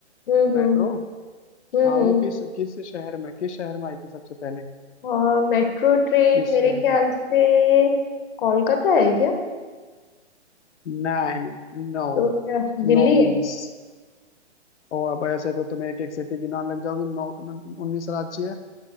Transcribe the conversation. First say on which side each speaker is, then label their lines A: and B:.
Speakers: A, on the left; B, on the left.
A: हम्म
B: मेट्रो
A: हम्म हम्म हम्म
B: हाँ
A: हम्म।
B: वो
A: हम्म।
B: किस किस शहर में किस शहर में आई थी सबसे पहले
A: और मेट्रो ट्रेन
B: किस
A: मेरे
B: शहर
A: ख्याल
B: में
A: से कोलकाता है क्या
B: नाइन नो
A: तो क्या दिल्ली
B: नो मीन्स
A: है
B: ओ अब ऐसे तो तुम्हें एक एक सिटी गिनान लग जाओगी नौ उन्नीस राज्य है